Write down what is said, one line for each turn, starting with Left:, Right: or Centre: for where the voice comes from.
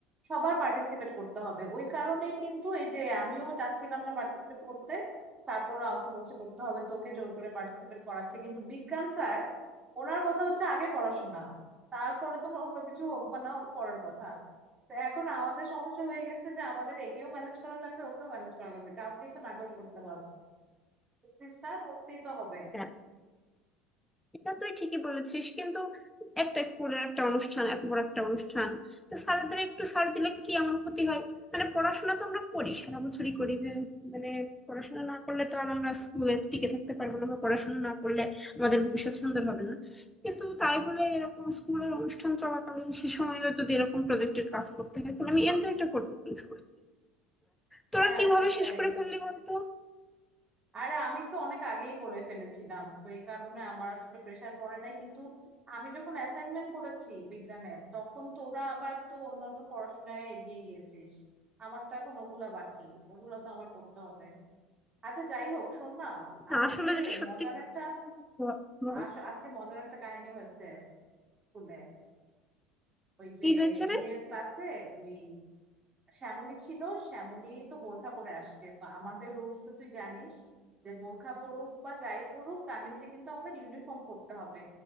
Right: সবার পার্টিসিপেট করতে হবে ওই কারণেই কিন্তু এই যে আমিও চাচ্ছিলাম না পার্টিসিপেট করতে তারপরে আমাকে বলছে করতে হবে তোকে জোর করে পার্টিসিপেট করাচ্ছে কিন্তু বিজ্ঞান স্যার ওনার কথা হচ্ছে আগে পড়াশোনা তারপরে তোমার অন্য কিছু হোক বা না হোক পরের কথা তো এখন আমাদের সমস্যা হয়ে গেছে যে আমাদের একেও ম্যানেজ করা লাগবে ওকেও ম্যানেজ করা লাগবে কাউকেই তো নাকচ করতে পারবো না বুঝছিস না করতেই তো হবে
Centre: হ্যাঁ এটা তুই ঠিকই বলেছিস কিন্তু একটা স্কুলের একটা অনুষ্ঠান এত বড় একটা অনুষ্ঠান তো স্যারদের একটু স্যার দিলে কি এমন ক্ষতি হয় মানে পড়াশোনা তো আমরা করি সারা বছরই করি যে মানে পড়াশোনা না করলে তো আর আমরা স্কুলে টিকে থাকতে পারবো না বা পড়াশোনা না করলে আমাদের ভবিষ্যৎ সুন্দর হবে না কিন্তু তাই বলে এরকম স্কুলের অনুষ্ঠান চলাকালীন সে সময় যদি এরকম প্রজেক্টের কাজ করতে হয় তাহলে আমি এনজয়টা করবো কোন সময় তোরা
Right: হ্যাঁ
Centre: কিভাবে
Right: সেটাই
Centre: শেষ করে ফেললি বলতো
Right: আর আমি তো অনেক আগেই করে ফেলেছিলাম তো এই কারণে আমার আসলে প্রেসার পড়ে নাই কিন্তু আমি যখন অ্যাসাইনমেন্ট করেছি বিজ্ঞানের তখন তোরা আবার তো অন্যান্য পড়াশোনায় এগিয়ে গিয়েছিস আমার তো এখন ওগুলা বাকি ওগুলো তো আমার করতে হবে আচ্ছা যাই হোক শোন না
Centre: না
Right: আজকে
Centre: আসলে যেটা সত্যি
Right: মজার একটা
Centre: ব- বল
Right: আস- আজকে মজার একটা কাহিনী হয়েছে স্কুলে ওই যে
Centre: কি হয়েছে রে
Right: ইয়ের ক্লাসে ওই শ্যামলী ছিল শ্যামলী তো বোরখা পরে আসছে তো আমাদের রুলস তো তুই জানিস যে বোরখা পরুক বা যাই পরুক তার নিচে কিন্তু আমাদের ইউনিফর্ম পরতে হবে